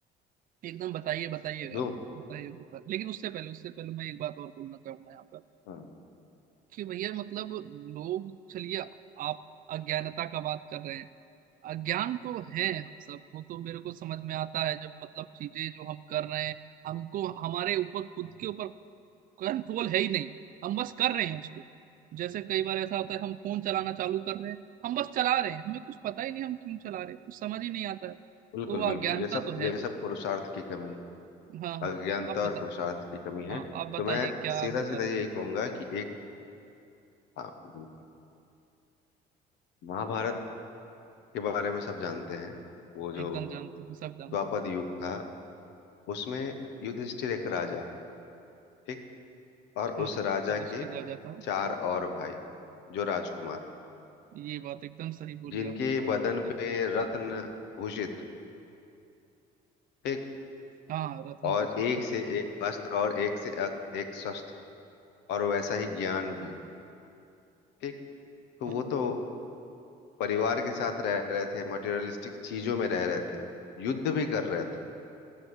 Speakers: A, on the right (about 50°); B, on the left (about 80°).
A: एकदम बताइए बताइए
B: दूं
A: आप बताइए बताइए लेकिन उससे पहले उससे पहले मैं एक बात और बोलना चाहूंगा यहाँ पर
B: हाँ
A: कि भैया मतलब लोग चलिए आप अज्ञानता का बात कर रहे हैं अज्ञान तो है हम सब वो तो मेरे को समझ में आता है जब मतलब चीजें जो हम कर रहे हैं हमको हमारे ऊपर खुद के ऊपर कंट्रोल है ही नहीं हम बस कर रहे हैं उसको जैसे कई बार ऐसा होता है हम फोन चलाना चालू कर रहे हैं हम बस चला रहे हैं हमें कुछ पता ही नहीं हम क्यों चला रहे हैं कुछ समझ ही नहीं आता है
B: बिल्कुल
A: तो वो
B: बिल्कुल
A: अज्ञानता
B: ये सब
A: तो है
B: ये
A: भैया
B: सब पुरुषार्थ की कमी है
A: हाँ हाँ
B: अज्ञानता
A: आप
B: और
A: बता
B: पुरुषार्थ की कमी है
A: हाँ आप बताइए
B: तो मैं
A: क्या
B: सीधा
A: आप बता
B: सीधा
A: रहे
B: यही
A: थे एकदम
B: कहूंगा कि एक हाँ बिल्कुल महाभारत के बारे में सब जानते हैं वो जो
A: एकदम जानते हैं सब जानते
B: द्वापर
A: हैं
B: युग था उसमें युधिष्ठिर एक राजा ठीक और
A: हाँ
B: उस
A: हाँ
B: राजा
A: युधिष्ठिर
B: के
A: राजा था
B: चार और भाई जो राजकुमार
A: ये बात एकदम सही बोली
B: जिनके
A: आपने चार
B: बदन
A: भाई थे
B: पे रत्न भूषित ठीक
A: हाँ रत्न
B: और
A: दूषित
B: एक
A: थे
B: से एक अस्त्र और एक से अक- एक शस्त्र और वैसा ही ज्ञान भी ठीक तो
A: हाँ
B: वो
A: हाँ,
B: तो परिवार के साथ रह रहे थे मटेरियलिस्टिक चीजों में रह रहे थे युद्ध भी कर रहे थे